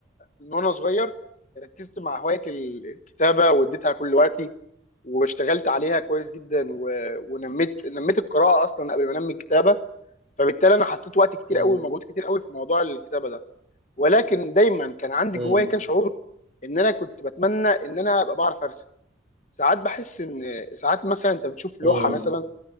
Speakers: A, on the left (about 40°); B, on the right (about 30°).
A: من وانا صغير ركزت مع هوايه ال- الكتابه واديتها كل وقتي واشتغلت عليها كويس جدا و... ونميت نميت القراءه اصلا قبل ما انمي الكتابه فبالتالي انا حطيت وقت كتير
B: مم.
A: قوي ومجهود كتير قوي في موضوع الكتابه ده ولكن دايما كان عندي
B: مم.
A: جوايا كده شعور ان انا كنت بتمنى ان انا ابقى بعرف ارسم ساعات بحس ان ساعات مثلا انت بتشوف لوحه
B: مم.
A: مثلا